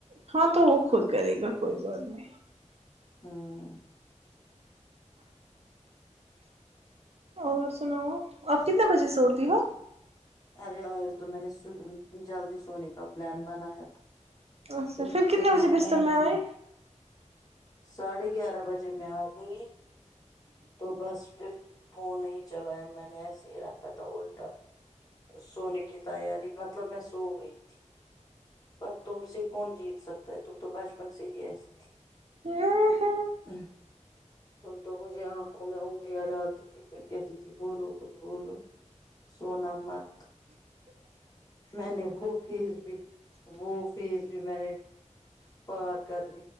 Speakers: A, on the right; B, on the left.
A: ہاں تو وہ خود کرے گا کوئی بات نہیں
B: ہاں <unintelligible>
A: اور سناؤ آپ آپ کتنے بجے سےوتی ہو
B: ارے آج تو میں نے جلدی سونے کا پلان بنایا تھا
A: اچھا
B: لیکن
A: پھر کتنے
B: تم
A: بجے
B: سے
A: بستر
B: کون
A: میں
B: جی
A: آئے
B: ساڑھے گیارہ بجے میں آ گئی تو بس پھر <unintelligible> فون نہیں چلا ہے میں نے ایسے ہی رکھا تھا الٹا سونے کی تیاری مطلب میں سو گئی تھی پر تم سے کون جیت سکتا ہے ت تو بچپن سے ہی ایسی تھی
A: ہ <inaudible>
B: ہاں تم تو مجھے آنکھوں میں انگلیاں ڈالتی تھی پھر کہتی تھی بولو کچھ بولو سونا مت میں نے وہ فیس بھی وہ فیس بھی میں نے پار کر ل